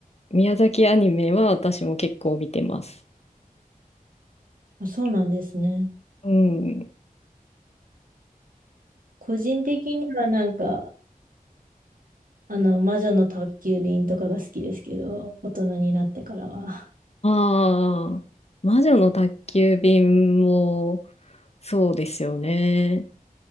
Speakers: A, on the left; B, on the right.
A: 宮崎アニメは私も結構見てます。
B: あ、そうなんですね。
A: うん。
B: 個人的にはなんか、あの、魔女の宅急便とかが好きですけど、大人になってからは。
A: ああー、魔女の宅急便もそうですよね。